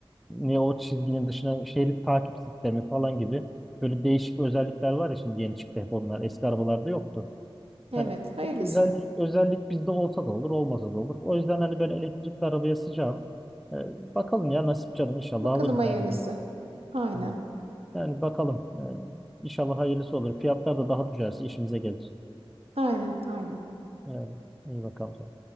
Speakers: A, in the centre; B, on the right (about 85°).
A: ne o çizginin dışına şerit takip sistemi falan gibi böyle değişik özellikler var ya şimdi yeni çıktı hep onlar. Eski arabalarda yoktu.
B: Evet
A: Hani
B: hayırlısı.
A: o özellik, özellik bizde olsa da olur, olmasa da olur. O yüzden hani ben elektrikli arabaya sıcağım. Ee, bakalım ya nasip canım inşallah
B: Bakalım
A: alırız
B: hayırlısı.
A: ya bir gün.
B: Aynen
A: Yani yani bakalım. Ee, inşallah hayırlısı olur. Fiyatlar da daha düşerse işimize gelir.
B: aynen aynen.
A: Yani iyi bakalım.